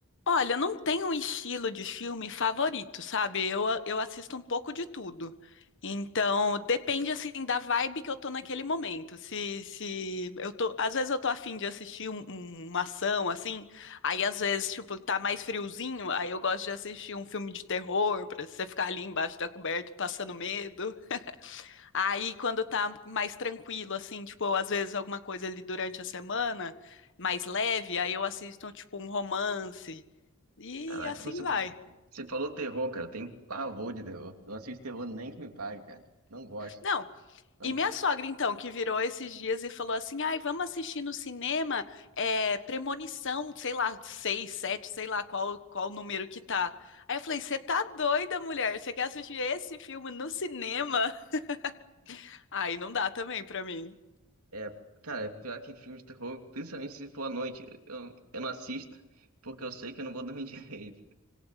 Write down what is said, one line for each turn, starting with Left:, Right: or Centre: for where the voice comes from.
Left: Olha, não tem um estilo de filme favorito, sabe? Eu, eu assisto um pouco de tudo. Então, depende, assim, da vibe que eu tô naquele momento. Se, se eu tô... Às vezes eu tô afim de assistir um- um- uma ação, assim. Aí, às vezes, tipo, tá mais friozinho. Aí eu gosto de assistir um filme de terror, pra você ficar ali embaixo da coberta passando medo. Aí, quando tá mais tranquilo, assim, tipo, às vezes alguma coisa ali durante a semana, mais leve. Aí eu assisto, tipo, um romance. E
Right: Caraca,
Left: assim
Right: você,
Left: vai.
Right: você falou terror, cara. Eu tenho pavor de terror. Eu não assisto terror nem que me pague, cara. Não gosto.
Left: Não,
Right: Não...
Left: e
Right: go-
Left: minha sogra, então, que virou esses dias e falou assim: ai, vamos assistir no cinema é, Premonição, sei lá, seis, sete, sei lá qual, qual número que tá. Aí eu falei: você tá doida, mulher? Você quer assistir esse filme no cinema? <laughs> Aí não dá também pra mim.
Right: É, cara, é pior que filme de terror, principalmente se for à noite. Eu, eu não assisto, porque eu sei que eu não vou dormir <laughs> direito.